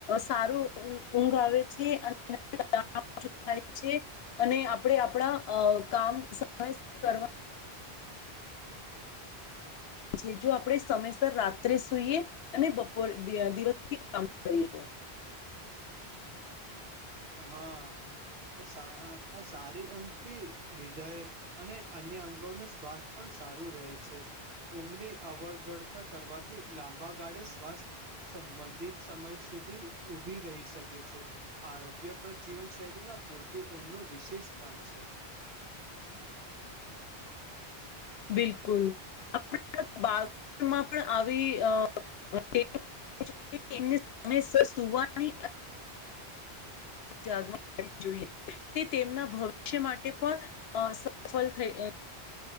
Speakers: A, on the left; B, on the right.
A: સારું ઊંઘ ઊંઘ આવે છે, અને <unintelligible> <unintelligible> છે, અને આપડે આપણા અ કામ સમયસર કરવા. છે, જો આપડે સમયસર રાત્રે સુઈએ અને બપોર <unintelligible> દિવસ. કામ કરીએ
B: હા. અ <unintelligible> સારી ઊંઘથી હિદય અને અન્ય અંગો નું સ્વાસ્થ પણ. સારું રહે છે, ઊંઘની અવગડતા કરવાથી લાંબા ગાળે શ્વાસ. સંબંધિત સમય સુધી ઉભી રહી શકે છે, આરોપ. <unintelligible> જીવનશૈલીમાં પૂરતી ઊંઘનું વિશેષ સ્થાન છે.
A: બિલકુલ <unintelligible> બાળપણ માં પણ આવી અ <unintelligible> એમની <unintelligible> સુવાની. <unintelligible> જોઈએ. તે તેમના ભવિષ્ય માટે પણ અ સફળ થઈ.